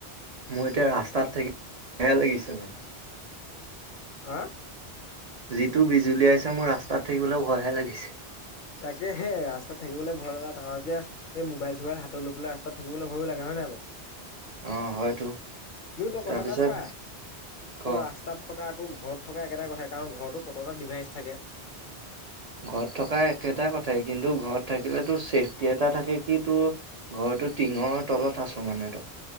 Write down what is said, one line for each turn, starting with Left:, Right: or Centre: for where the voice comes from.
Right: মোৰ এতিয়া ৰাস্তাত থাকি বেয়া লাগিছে, মানে।
Left: আহ।
Right: যিটো বিজুলীয়াইছে, মোৰ ৰাস্তাত থাকিবলৈ ভয়হে লাগিছে।
Left: তাকে হে, ৰাস্তাত থাকিবলৈ ভয় লাগে, ক, এতিয়া এই মোবাইল চোবাইল হাতত লৈ পেলাই, ৰাস্তাত থাকিবলৈ ভয় লাগে, হয় নাই? ! <unintelligible>
Right: অ', হয়তো।
Left: পিয়ো তই
Right: তাৰপিছত
Left: কথা এটা চা,
Right: ক
Left: তোৰ ৰাস্তাত থক আকৌ ঘৰত থকা, একেটাই কথা, কাৰণ ঘৰতো কতটা ডিভাইচ থাকে।
Right: ঘৰত থকা, একেটা কথাই, কিন্তু ঘৰত থাকিলে তোৰ চছেফটি এটা থাকে, কি তোৰ ঘৰত টো টিঙৰ তলত আছ মানে তই